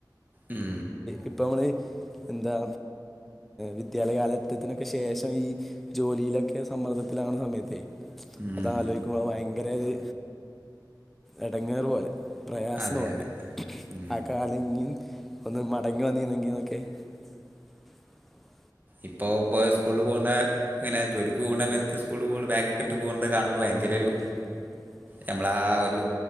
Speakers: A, on the right; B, in the centre.
A: ഉം
B: ഇപ്പൊ നമ്മള് എന്താ വിദ്യാലയ കാലഘട്ടത്തിനൊക്കെ ശേഷം ഈ ജോലിയിലൊക്കെ സമ്മർദ്ദത്തിലാവണ സമയത്തെ
A: ഉം
B: അതാലോയിക്കുമ്പോ ഭയങ്കര ഒരു എടങ്ങേറ് പോലെ പ്രയാസം
A: അതെ
B: തോന്നുണ്ട്
A: അതെ ഉം
B: ആ കാലം ഇഞ്ഞി ഒന്ന് മടങ്ങി വന്നിന്നെങ്കിൽന്നൊക്കെ <inaudible>
A: ഇപ്പോ പോയ സ്കൂളിൽ പോണ ഇങ്ങനെ ജോലിക്ക് പോകണ്ട സമയത്ത് സ്കൂൾ പോ ബാഗക്കെട്ട് പോകണത് കാണുമ്പോ ഭയങ്കര ഒരു
B: <inaudible>
A: നമ്മളാ ഒരു